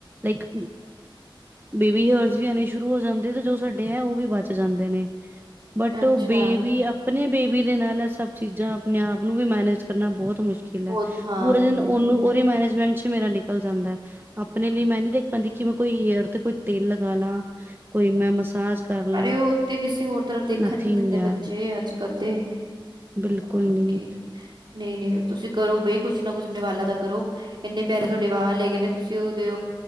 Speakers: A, on the right; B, on the right.
A: ਲਾਈਕ ਬੇਬੀ ਹੇਅਰਸ ਵੀ ਆਉਣੇ ਸ਼ੁਰੂ ਹੋ ਜਾਂਦੇ ਤੇ ਜੋ ਸਾਡੇ ਹੈ ਉਹ ਵੀ ਬਚ ਜਾਂਦੇ ਨੇ। ਬਟ
B: ਅੱਛਾ
A: ਉਹ ਬੇਬੀ ਆਪਣੇ ਬੇਬੀ ਦੇ ਨਾਲ ਸਭ ਚੀਜ਼ਾਂ ਆਪਣੇ ਆਪ ਨੂੰ ਵੀ ਮੈਨੇਜ ਕਰਨਾ ਬਹੁਤ ਮੁਸ਼ਕਿਲ
B: ਬਹੁਤ
A: ਹੈ
B: ਹਾਂ
A: ਪੂਰੇ ਦਿਨ
B: ਦੇਖੇਗਾ।
A: ਉਹਨੂੰ ਉਹਦੇ ਮੈਨੇਜਮੈਂਟ ਚ ਮੇਰਾ ਨਿਕਲ ਜਾਂਦਾ ਹੈ ਆਪਣੇ ਲਈ ਮੈਂ ਨਹੀ ਦੇਖ ਪਾਦੀ ਕਿ ਮੈਂ ਕੋਈ ਹੇਅਰ ਤੇ ਕੋਈ ਤੇਲ ਲਗਾ ਲਾ ਕੋਈ ਮੈਂ ਮਸਾਜ ਕਰ
B: ਅਰੇ
A: ਲਾਂ
B: ਉਹ ਉੱਥੇ ਕਿਸੇ ਹੋਰ ਤਰਫ ਦੇਖਣ
A: ਨਥਿੰਗ
B: ਨੀ ਦਿੰਦੇ
A: ਯਾਰ
B: ਬੱਚੇ ਅੱਜ ਕੱਲ ਦੇ
A: ਬਿਲਕੁਲ
B: ਓਕੇ
A: ਨੀ
B: ਨਹੀਂ ਨਹੀਂ ਤੁਸੀਂ ਕਰੋ ਬਈ ਕੁਛ ਨਾ ਕੁਛ ਆਪਣੇ ਵਾਲਾਂ ਦਾ ਕਰੋ ਇੰਨੇ ਪਿਆਰੇ ਤੁਹਾਡੇ ਵਾਹ ਹੇ ਗਨੇ ਤੁਸੀਂ ਉਹਦੇ